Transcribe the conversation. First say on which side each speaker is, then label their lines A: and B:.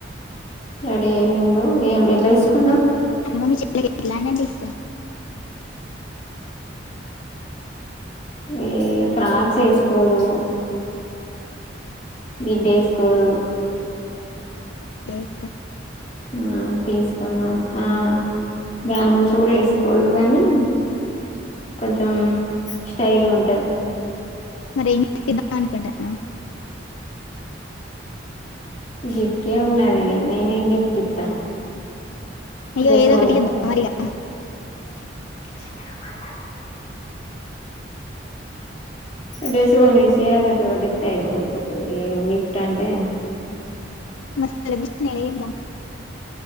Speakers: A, on the left; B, on the left.
A: రెడీ అయిండు ఏం ఎట్లా తీసుకుందాం
B: <unintelligible> అంటే ఇష్టం
A: ఏ ఫ్రాక్స్ ఎసుకోదు మిడ్డేసుకోదు
B: తే
A: హ్మ్ తీసుకుందాం ఆ బ్యాంగిల్స్ కూడ వేసుకోదు గనీ కొంచెం స్టైల్ గ్ ఉంటది
B: మరి ఏం చేద్దాం అనుకుంటాన్నవ్
A: గి కే ఉన్నాదిగా నేనేం ఏం గిఫ్ట్ ఇత్త
B: అయ్యో
A: డ్రెస్
B: ఏదో
A: కొనిత
B: ఒకటి ఇద్దాం మరిగా
A: చి చిన్నగ మాట్లాడు డస్ కొనిస్తే అ అడితేయిపోతది గిఫ్ట్ అంటే
B: <unintelligible>